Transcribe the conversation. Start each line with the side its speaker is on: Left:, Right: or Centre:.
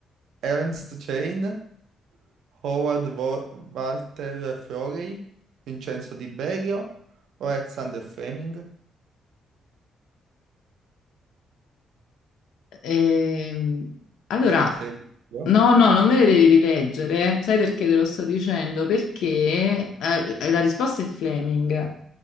Right: Ernst Chain, Howard Wo- Walter Florey, Vincenzo Tiberio o Alexander Fleming?
Left: Ehm, allora,
Right: Vuoi che te le dico?
Left: no, no,
Right: Più piano.
Left: non me le devi rileggere. Sai perché te lo sto dicendo? Perché eh, la risposta è Fleming,